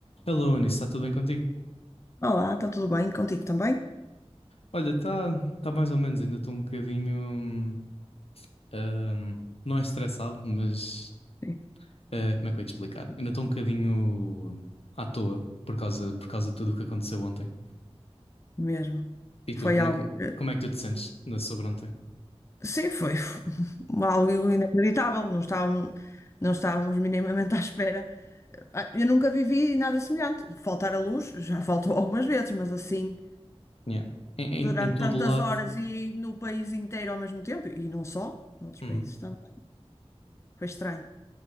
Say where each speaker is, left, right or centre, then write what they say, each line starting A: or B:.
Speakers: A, on the left; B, on the left.
A: Hello, Anis, está tudo bem contigo?
B: Olá, está tudo bem contigo também?
A: Olha, está tá tá mais ou menos, ainda estou um bocadinho. hum, hum, não é estressado, mas.
B: Sim,
A: eh, como é que eu ia te explicar? Ainda estou um bocadinho hum, à toa por causa, por causa de tudo o que aconteceu ontem.
B: mesmo.
A: E tu,
B: Foi
A: como,
B: algo
A: como
B: que...
A: como é que tu te sentes na- sobre ontem?
B: Sim, foi f- <laughs> algo inacreditável. Não estávamos, não estávamos minimamente à espera. Ah, Eu nunca vivi nada semelhante. Faltar a luz já faltou <laughs> algumas vezes, mas assim,
A: Yeah. Em,
B: durante
A: em, em todo
B: tantas
A: o lado.
B: horas e no país inteiro ao mesmo tempo, e não só, noutros
A: Uhum.
B: países também. Foi estranho.